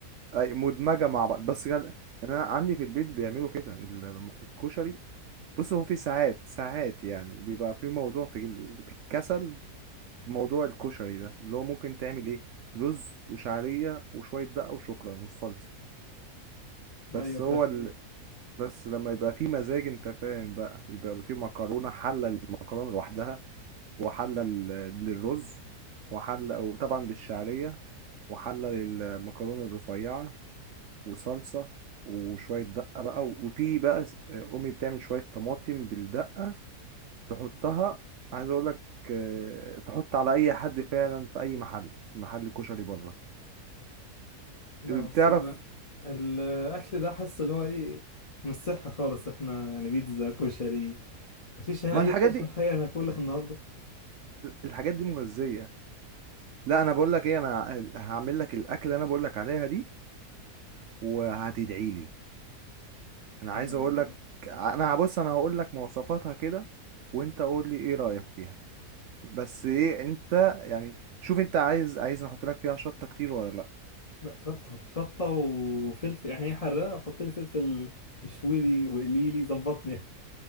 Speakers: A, on the right (about 65°); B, on the left (about 65°).
A: اي مدمجة مع بعض بس جل... يعني انا عندي في البيت بيعملوا كده الم- الكشري بص هو في ساعات ساعات يعني بيبقى في موضوع في ال- في الكسل في موضوع الكشري ده اللي هو ممكن تعمل ايه رز وشعرية وشوية دقة وشكرا والصلصة بس
B: ايوه
A: هو ال... بس لما يبقى في مزاج انت فاهم بقى يبقى في مكرونة حلة المكرونة لوحدها وحلة لل- للرز وحلة وطبعا بالشعرية وحلة للمكرونة الرفيعة وصلصة وشوية دقة بقى وفي بقى س- أمي بتعمل شوية طماطم بالدقة تحطها عايز أقولك آه، تحط على أي حد فعلا في أي محل محل كشري بره
B: لا
A: بتعرف
B: بس أنا الأكل ده حاسس اللي هو إيه مش صحي خالص إحنا يعني بيتزا كشري مفيش أي
A: ما الحاجات
B: حاجة
A: دي
B: حقيقة ناكلها النهاردة
A: الحاجات دي مغذية لا أنا بقولك إيه أنا هعمل لك الأكل اللي أنا بقولك عليها دي وهتدعي لي انا
B: آه،
A: عايز اقول لك انا بص انا هقول لك مواصفاتها كده وانت قول لي ايه رأيك فيها بس ايه انت يعني شوف انت عايز عايز احط لك فيها شطة كتير ولا لا
B: لا كتر شطة وفلفل يعني إيه حراقة حط لي فلفل يشوي لي وقلي لي ظبطني